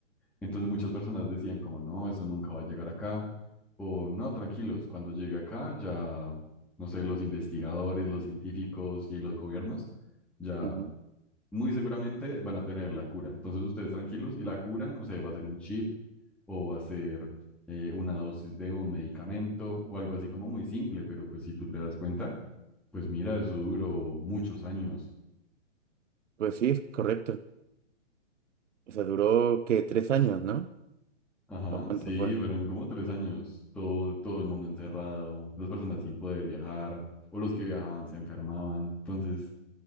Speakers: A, in the centre; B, on the right (about 75°).
A: Entonces muchas personas decían como, no, eso nunca va a llegar acá, o no, tranquilos, cuando llegue acá ya, no sé, los investigadores, los científicos y los gobiernos ya
B: Ujú.
A: muy seguramente van a tener la cura. Entonces ustedes tranquilos y la cura, no sé, va a ser un chip o va a ser eh, una dosis de un medicamento o algo así como muy simple, pero pues si tú te das cuenta, pues mira, eso duró muchos años.
B: Pues sí, es correcto. O sea, duró que tres años, ¿no?
A: Ajá,
B: ¿O cuánto
A: sí,
B: fue?
A: fueron como tres años, todo, todo el mundo encerrado, las personas sin poder viajar, o los que viajaban se enfermaban. Entonces,